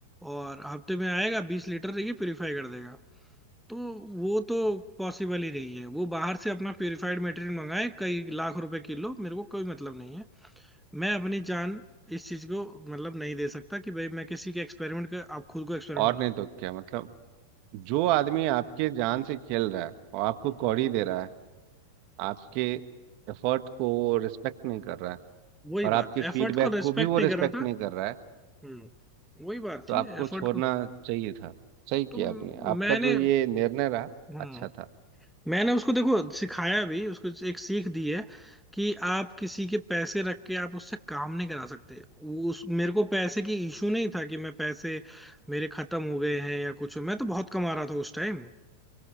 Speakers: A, in the centre; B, on the right.
A: और हफ्ते में आएगा बीस लीटर ये प्योरीफाई कर देगा तो वो तो पॉसिबल ही नहीं है वो बाहर से अपना प्योरीफाइड मटेरियल मंगाए कई लाख रुपए किलो मेरे को कोई मतलब नहीं है मैं अपनी जान इस चीज को मतलब नहीं दे सकता कि भाई मैं किसी के एक्सपेरिमेंट का आप खुद को एक्सपेरिमेंट
B: और
A: बना
B: नहीं तो क्या मतलब जो आदमी आपके जान से खेल रहा है और आपको
A: हम्म,
B: कौड़ी दे रहा है आपके एफर्ट को रिस्पेक्ट नहीं कर रहा है
A: वही
B: और आपके
A: बात एफर्ट
B: फीडबैक
A: को रेस्पेक्ट
B: को भी वो
A: नहीं कर
B: रिस्पेक्ट
A: रहा था
B: नहीं कर रहा है
A: हम्म वही बात
B: तो
A: थी
B: आपको
A: एफर्ट
B: छोड़ना
A: को
B: चाहिए था सही
A: तो
B: किया आपने आपका
A: मैंने
B: जो ये निर्णय रहा
A: हाँ
B: अच्छा था
A: मैंने उसको देखो सिखाया भी उसको एक सीख दी है कि आप किसी के पैसे रख के आप उससे काम नहीं करा सकते वो- उस मेरे को पैसे की इशू नहीं था कि मैं पैसे मेरे खत्म हो गए हैं या कुछ मैं तो बहुत कमा रहा था उस टाइम